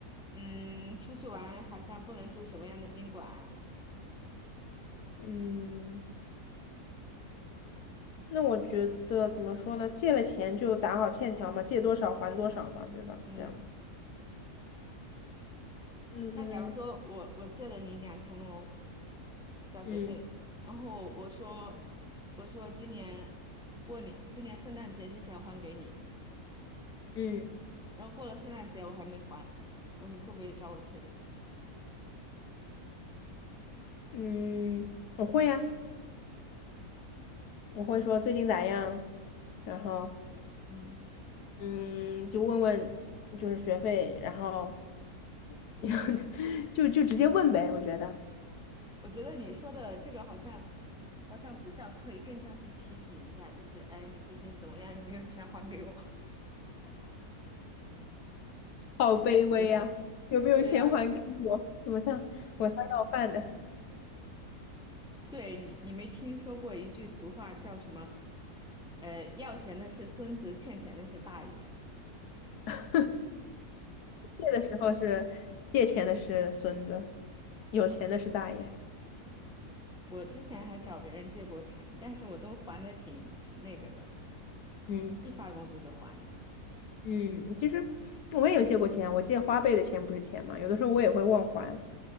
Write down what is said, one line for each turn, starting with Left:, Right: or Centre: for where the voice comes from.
Centre: 嗯，出去玩好像不能住什么样的宾馆，
Left: 嗯。那我觉得怎么说呢？借了钱就打好欠条嘛，借多少还多少嘛，对吧？
Centre: 嗯，
Left: 这样子。嗯
Centre: 那假如说我我借了你两千欧交学费，
Left: 嗯
Centre: 然后我说我说今年过年今年圣诞节之前还给你，
Left: 嗯
Centre: 然后过了圣诞节我还没还，然后你会不会找我催呢？
Left: 嗯，我会呀、我会说最近咋样，然后
Centre: 嗯，
Left: 嗯，就问问就是学费，然后 <laughs> 就就直接问呗。我觉得
Centre: 我觉得你说的这个好像好像不像催，更像是提醒一下，就是哎，你最近怎么样？有没有钱还给我？
Left: 好卑微呀、
Centre: 是不是？
Left: 有没有钱还给我？
Centre: 对呀，
Left: 我像我像要饭的？
Centre: 对你，你没听说过一句俗话叫什么？呃，要钱的是孙子，欠钱的是大爷。
Left: <laughs> 借的时候是借钱的是孙子，有钱的是大爷。
Centre: 我之前还找别人借过钱，但是我都还的挺挺那个的，
Left: 嗯
Centre: 一发工资就还了。
Left: 嗯，其实我也有借过钱，我借花呗的钱不是钱嘛，有的时候我也会忘还。